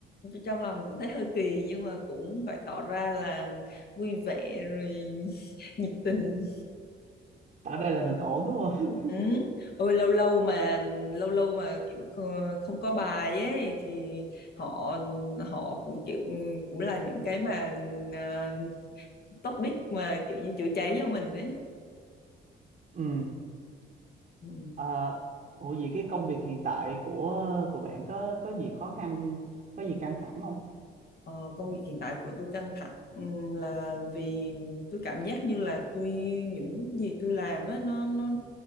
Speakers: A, on the left (about 50°); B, on the right (about 45°).
A: trong lòng cũng thấy hơi kỳ nhưng mà cũng phải tỏ ra là vui vẻ rồi <laughs> nhiệt tình
B: Tạo ra là mình ổn đúng không? <laughs>
A: ừ. Ôi lâu lâu mà lâu lâu mà kiểu kh- không có bài ấy thì họ họ cũng kiểu cũng là những cái mà à, topic mà kiểu như chữa cháy cho mình ấy
B: Ừ.
A: Ừ.
B: Ờ, ủa vậy cái công việc hiện tại của của bạn có có gì khó khăn, có gì căng thẳng không?
A: Ờ, công việc hiện tại của tôi căng thẳng ừ, là vì tôi cảm giác như là tôi những gì tôi làm á nó nó